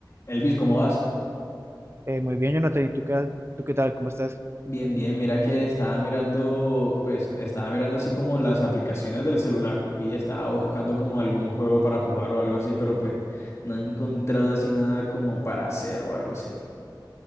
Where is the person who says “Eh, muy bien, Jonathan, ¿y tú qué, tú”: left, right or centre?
Right